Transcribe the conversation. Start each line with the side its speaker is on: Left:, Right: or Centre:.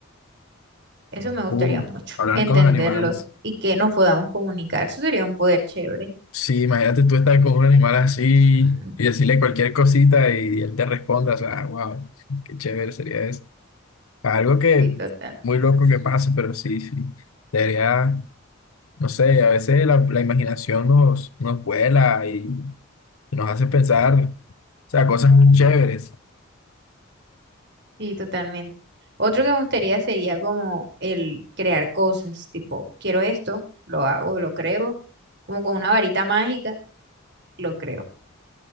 Right: Eso me gustaría
Left: Uh,
Right: mucho,
Left: hablar
Right: entenderlos
Left: con los animales.
Right: y que nos podamos comunicar. Eso sería un poder chévere.
Left: Sí, imagínate tú estar con un animal así
Right: Mm.
Left: y decirle cualquier cosita y, él te responda, o sea, wow, qué chévere sería eso. Algo que
Right: Sí, total.
Left: muy loco que pase, pero sí, sí, debería, no sé, a veces la, la imaginación nos, nos vuela y, y nos hace pensar, o sea, cosas muy chéveres.
Right: Sí, totalmente. Otro que me gustaría sería como el crear cosas, tipo, quiero esto, lo hago, lo creo, como con una varita mágica, lo creo,